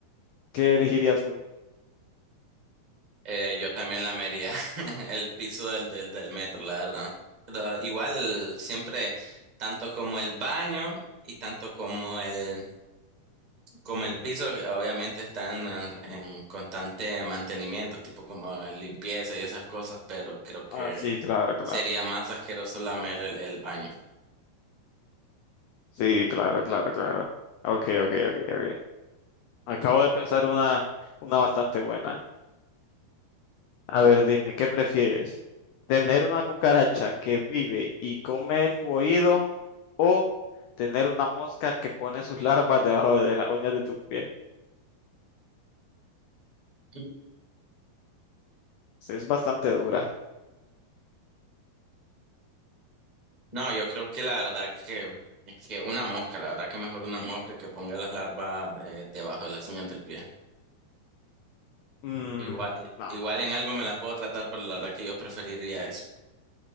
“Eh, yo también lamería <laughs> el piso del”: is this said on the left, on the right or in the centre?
Right